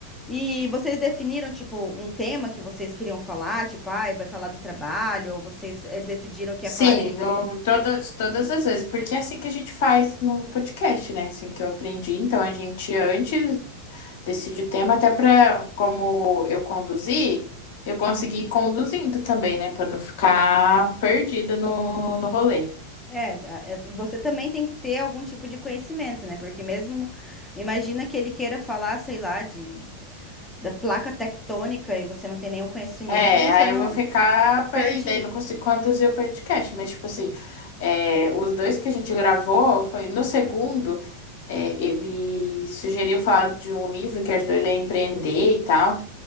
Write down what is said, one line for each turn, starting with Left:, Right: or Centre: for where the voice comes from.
Centre: E vocês definiram, tipo, um tema que vocês queriam falar, tipo, ai, vai falar do trabalho, ou vocês eh, decidiram que
Left: Sim,
Centre: ia falar de.
Left: no,
Centre: Sim.
Left: todas, todas as vezes, porque é assim que a gente faz no podcast, né? é Assim que eu aprendi. Então a gente antes decide o tema, até para como eu conduzir, eu consegui ir conduzindo também, né? Para não ficar perdida no, no rolê.
Centre: É, a- é, você também tem que ter algum tipo de conhecimento, né? Porque mesmo, imagina que ele queira falar, sei lá, de, da placa tectônica e você não tem nenhum conhecimento,
Left: É,
Centre: você
Left: aí
Centre: não.
Left: eu vou ficar. pra-
Centre: Perdido.
Left: E daí não consigo conduzir o podcast, mas, tipo assim, é, os dois que a gente gravou foi no segundo, é, ele sugeriu falar de um livro que ajudou ele a empreender e tal.